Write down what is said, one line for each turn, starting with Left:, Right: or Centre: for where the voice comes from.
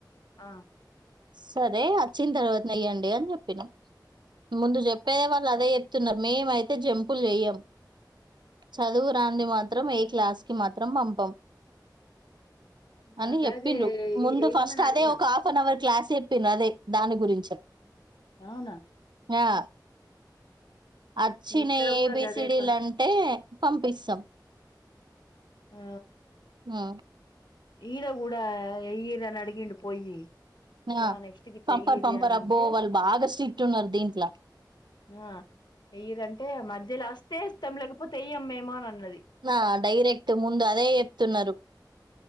Left: ఆ
Right: సరే అచ్చిన తర్వాతనేయ్యండి అని చెప్పినా, మో ప్పేదే వాళ్ళలదే తున్నరు మేమైతే జంపులు చేయ్యం, చదువురాంది మాత్రం ఏ క్లాస్ కి మాత్రం పంపం. అని
Left: ఆ
Right: చెప్పిండు,
Left: గదే
Right: ముందు
Left: ఎయ్యమని
Right: ఫస్ట్
Left: అడిగినం
Right: అదే ఒక హాఫ్ అన్ అవర్ క్లాస్ చెప్పినదే దాని గురించ
Left: అవునా
Right: ఆ అచ్చినయి
Left: ఇక్కడ
Right: ఏబిసిడీలు
Left: కూడా గదే పని
Right: అంటే పంపిస్తం
Left: ఆ
Right: ఆ
Left: ఈడా కూడా ఈరని అడిగిండు పోయి ఇట్లా
Right: ఆ,
Left: నెక్స్ట్ క ఇట్లా
Right: పంపరు
Left: వెయ్యరు
Right: పంపరు
Left: అని
Right: అబ్బో
Left: అంటే
Right: వాళ్ళు బాగా స్ట్రిక్ట్ ఉన్నారు దీంట్లో
Left: ఆ వెయ్యరు అంటే మధ్యలో వస్తే ఇష్టం లేకపోతే ఇయమా అన్నది
Right: ఆ డైరెక్ట్ ముందు అదే చెప్తున్నారు